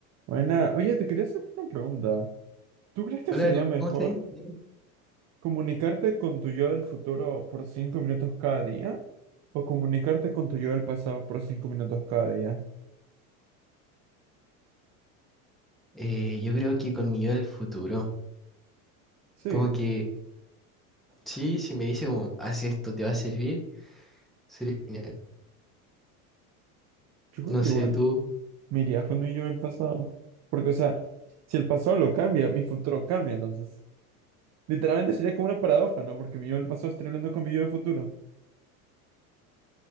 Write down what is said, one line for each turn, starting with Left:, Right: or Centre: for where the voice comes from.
Right: Buena, oye, te quería hacer una pregunta. ¿Tú crees que
Centre: Hola,
Right: sería
Centre: ¿cómo
Right: mejor
Centre: cómo estás? Bien.
Right: comunicarte con tu yo del futuro por cinco minutos cada día? ¿O comunicarte con tu yo del pasado por cinco minutos cada día?
Centre: Eh, yo creo que con mi yo del futuro,
Right: Sí,
Centre: como que sí, si me dice como, haz esto, te va a servir, sería genial.
Right: yo creo
Centre: No
Right: que
Centre: sé,
Right: igual
Centre: tú.
Right: me iría con mi yo del pasado. Porque, o sea, si el pasado lo cambia, mi futuro cambia, entonces. Literalmente sería como una paradoja, ¿no? Porque mi yo del pasado estaría hablando con mi yo del futuro,